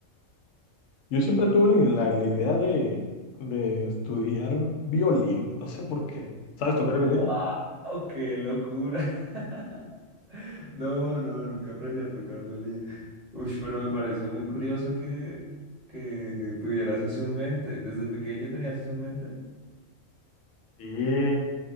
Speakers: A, on the left; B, on the right.
A: Yo siempre tuve la, la la idea de, de estudiar violín, no sé por qué. ¿Sabes tocar
B: ¡Wow!
A: violín?
B: ¡Qué locura! <laughs> No, no, nunca aprendí a tocar violín. Uy, pero me parece muy curioso que, que tuvieras eso en mente. ¿Desde pequeño tenías eso en mente?
A: Sí.